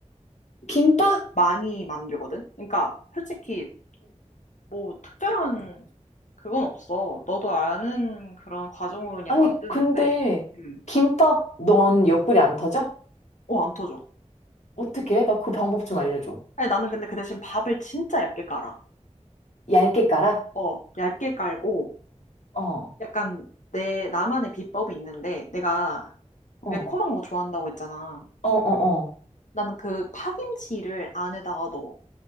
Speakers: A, on the left (about 70°); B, on the left (about 85°).
A: 김밥?
B: 많이 만들거든? 그러니까 솔직히 뭐 특별한 그건 없어. 너도 아는 그런 과정으로 그냥
A: 아니,
B: 만드는데,
A: 근데
B: 음.
A: 김밥 넌 옆구리 안 터져?
B: 어, 안 터져.
A: 어떻게? 해? 나 그 방법 좀 알려줘.
B: 아니, 나는 근데 그 대신 밥을 진짜 얇게 깔아.
A: 얇게 깔아?
B: 어, 얇게 깔고,
A: 어,
B: 약간 내, 나만의 비법이 있는데, 내가
A: 어,
B: 매콤한 거 좋아한다고 했잖아.
A: 어, 어, 어.
B: 나는 그 파김치를 안에다가 넣어.